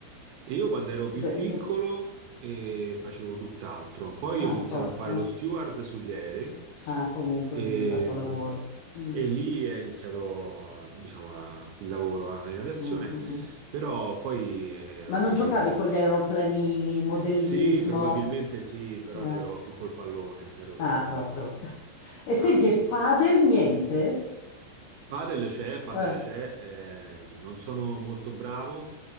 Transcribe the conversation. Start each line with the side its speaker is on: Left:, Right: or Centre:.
Right: Io quando ero più piccolo
Left: Diventa-
Right: eh, facevo tutt'altro, poi
Left: Ah,
Right: ho iniziato
Left: proprio,
Right: a fare
Left: no?
Right: lo steward sugli aerei
Left: Ah, comunque
Right: e,
Left: è diventato lavoro. Mm,
Right: e lì è iniziato, diciamo, la- il lavoro eh, in aviazione,
Left: mm, mm, mm.
Right: però poi eh,
Left: Ma
Right: ho
Left: non
Right: capito
Left: giocavi con gli aeroplanini, modellismo?
Right: Sì, probabilmente sì, però
Left: Eh,
Right: giocavo più col pallone, ero più
Left: Ah,
Right: un bambino
Left: proprio. E
Right: classico.
Left: senti, e padel niente?
Right: Padel c'è, padel
Left: Eh,
Right: c'è, eh, non sono molto bravo,